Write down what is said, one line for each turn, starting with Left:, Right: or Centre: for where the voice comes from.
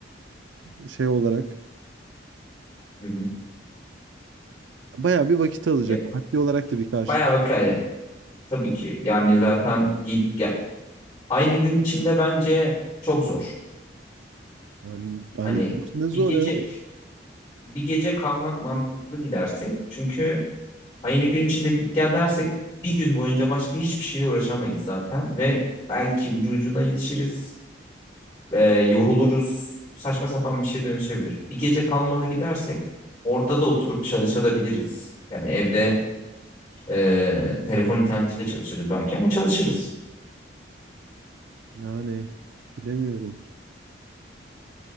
Right: e, şey olarak
Left: Hı hı.
Right: bayağı bir vakit alacak.
Left: Ya,
Right: Maddi olarak da bir karşı.
Left: bayağı vaka tabii ki. Yani zaten git gel. Aynı gün içinde bence çok zor.
Right: Yani, hani
Left: Hani
Right: içinde zor
Left: bir gece
Right: evet.
Left: bir gece kalmak mantıklı gidersek. Çünkü aynı gün içinde git gel dersek bir gün boyunca başka hiçbir şeyle uğraşamayız zaten ve belki ucu ucuna yetişiriz. e, yoruluruz. Saçma sapan bir şeye dönüşebilir. Bir gece kalmalı gidersek orada da oturup çalışabiliriz. Yani evde e, telefon internetiyle çalışırız belki ama çalışırız.
Right: Yani bilemiyorum.